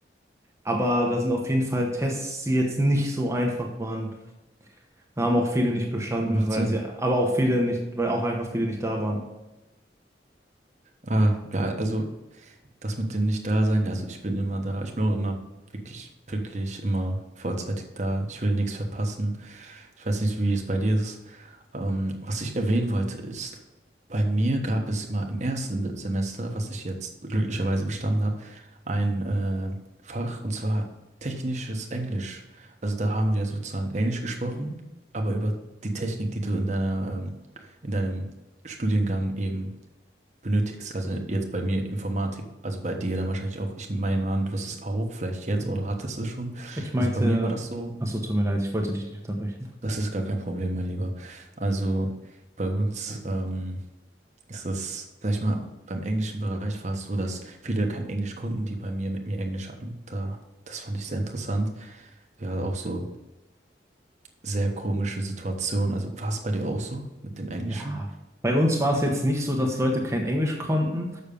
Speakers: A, on the right; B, on the right.
A: Aber da sind auf jeden Fall Tests, die jetzt nicht so einfach waren. Da haben auch viele nicht bestanden,
B: Macht
A: weil
B: Sinn.
A: sie, aber auch viele nicht, weil auch einfach viele nicht da waren.
B: Ah, ja, also das mit dem Nicht-Dasein, also ich bin immer da. Ich bin auch immer wirklich pünktlich, immer vorzeitig da. Ich will nichts verpassen. Ich weiß nicht, wie es bei dir ist. Ähm, was ich erwähnen wollte ist, bei mir gab es mal im ersten Be- Semester, was ich jetzt glücklicherweise bestanden habe, ein äh, Fach und zwar technisches Englisch. Also da haben wir sozusagen Englisch gesprochen, aber über die Technik, die du in deiner, ähm, in deinem Studiengang eben benötigst. Also jetzt bei mir Informatik, also bei dir dann wahrscheinlich auch. Ich meine mal an, du wirst es auch, vielleicht jetzt
A: Ja.
B: oder hattest es schon.
A: Ich meinte,
B: Also bei mir war das so.
A: achso, tut mir leid, ich wollte dich nicht unterbrechen.
B: Das ist gar kein Problem, mein Lieber. Also bei uns ähm, ist das, sag ich mal, beim englischen Bereich war es so, dass viele kein Englisch konnten, die bei mir mit mir Englisch hatten. Da, das fand ich sehr interessant. Wir hatten auch so sehr komische Situationen. Also war es bei dir auch so mit dem Englischen?
A: Ja, bei uns war es jetzt nicht so, dass Leute kein Englisch konnten.